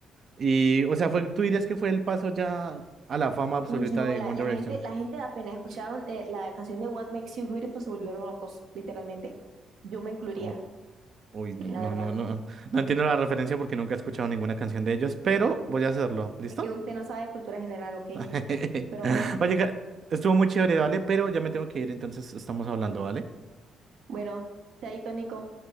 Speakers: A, on the right (about 50°); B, on the right (about 75°).
A: y, o sea, fue, tú dirías que fue el paso ya a la fama absoluta
B: Uy, no,
A: de
B: la,
A: One
B: la
A: Direction.
B: gente, la gente apenas escucharon eh, la canción de What Makes You Beautiful se volvieron locos, literalmente. Yo me incluiría,
A: Oh, uy, no,
B: la
A: no,
B: verdad.
A: no, no, no entiendo la referencia porque nunca he escuchado ninguna canción de ellos, pero voy a hacerlo, ¿listo?
B: Es que usted no sabe de cultura general, ¿ok?
A: <laughs>
B: Pero bueno,
A: Oye, Ca- estuvo muy chévere, ¿vale? Pero ya me tengo que ir, entonces estamos hablando, ¿vale?
B: bueno, chaito, Nico.